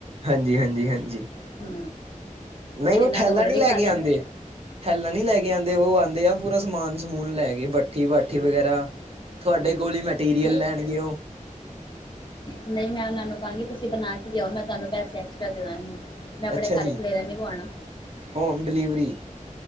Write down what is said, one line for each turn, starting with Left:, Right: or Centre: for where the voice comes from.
Right: ਹਾਂਜੀ, ਹਾਂਜੀ, ਹਾਂਜੀ।
Left: ਹੂੰ।
Right: ਨਈ
Left: ਮੇਰੇ
Right: ਓ
Left: ਨਾਲ
Right: ਠੈਲਾ
Left: ਹੋਰ
Right: ਨੀ
Left: ਵੀ
Right: ਲੈ
Left: ਖਾ
Right: ਕੇ
Left: ਲੈਣਗੇ
Right: ਆਂਦੇ ਠੈਲਾ ਨੀ ਲੈ ਕੇ ਆਂਦੇ, ਓ ਆਂਦੇ ਆ ਪੂਰਾ ਸਮਾਨ- ਸਮੂਨ ਲੈ ਕੇ ਬਠੀ-ਬੈਠੀ
Left: ਹੂੰ
Right: ਵਗੈਰਾ ਤੁਹਾਡੇ
Left: ਹੂੰ
Right: ਕੋਲ ਈ ਮੈਟੀਰੀਅਲ
Left: ਨਹੀਂ
Right: ਲੈਣਗੇ ਓ
Left: ਨਈ ਮੈਂ ਓਨਾਂ ਨੂੰ ਕਾਗੀ ਤੁਸੀਂ ਬਨਾ ਕੇ ਲੇਆਓ ਮੈਂ ਤਾਨੂ ਪੈਸੇ ਐਕਸਟਰਾ ਦੇ ਦਾਗੀ ਮੈਂ ਅਪਣੇ
Right: ਅੱਛਾ
Left: ਘਰ
Right: ਜੀ
Left: ਖਲੇਰਾ ਨੀ ਪੁਆਣਾ
Right: ਹੋਮ ਡਿਲੀਵਰੀ